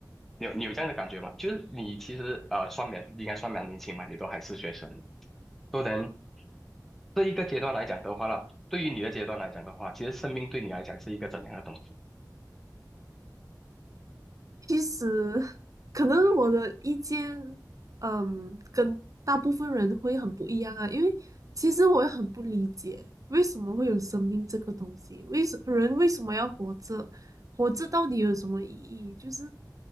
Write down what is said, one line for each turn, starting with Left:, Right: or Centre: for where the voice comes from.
Centre: 你有你有这样的感觉吗？就是你其实呃算蛮应该算蛮年轻嘛，你都还是学生的都能这一个阶段来讲的话呢，对于你的阶段来讲的话，其实生命对你来讲是一个怎样的东西？
Right: 其实，可能我的意见，嗯，跟大部分人会很不一样啊。因为其实我也很不理解，为什么会有生命这个东西？为什人为什么要活着？活着到底有什么意义？就是，